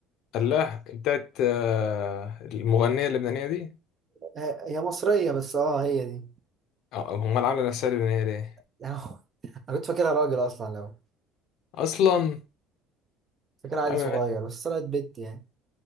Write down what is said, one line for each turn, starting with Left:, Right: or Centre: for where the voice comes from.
Left: الله بتاعت آه، المغنيه اللبنانيه دي
Right: آه، هي مصرية بس أه هي دي
Left: اه هم اللي عامله نفسها لبنانيه ليه
Right: <laughs> يعني أنا كنت فاكرها راجل أصلا لو
Left: اصلا
Right: فاكرها عيل
Left: يا عم
Right: صغير
Left: ماشي.
Right: بس طلعت بنت يعني